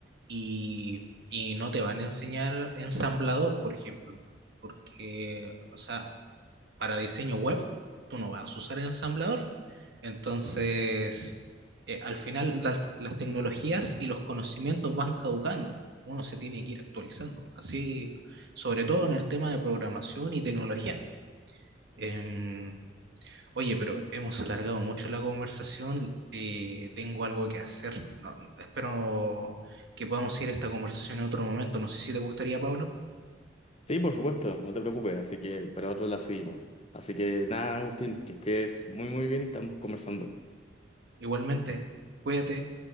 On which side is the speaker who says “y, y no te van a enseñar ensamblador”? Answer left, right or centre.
Right